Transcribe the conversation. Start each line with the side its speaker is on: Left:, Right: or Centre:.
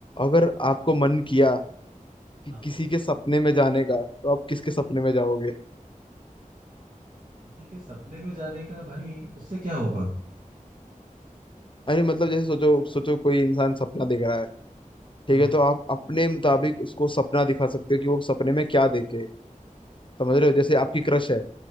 Left: अगर आपको मन किया कि
Right: हाँ
Left: किसी के सपने में जाने का तो आप किसके सपने में जाओगे
Right: किसी के सपने में जाने का भाई उससे क्या होगा
Left: अरे मतलब जैसे सोचो सोचो कोई इंसान सपना देख रहा है
Right: हाँ
Left: ठीक है तो आप अपने मुताबिक उसको सपना दिखा सकते हो कि वो सपने में क्या देखे समझ रहे हो जैसे आपकी क्रश है